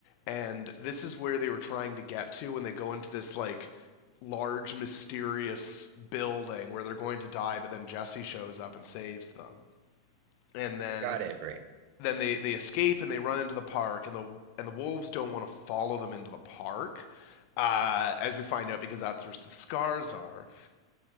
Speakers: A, on the left; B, on the right.
A: And this is where they were trying to get to when they go into this like large mysterious building where they're going to die but then Jesse shows up and saves them. And then
B: Got it, right.
A: then they they escape and they run into the park and the and the wolves don't want to follow them into the park. Uh, as we find out, because that's where the scars are.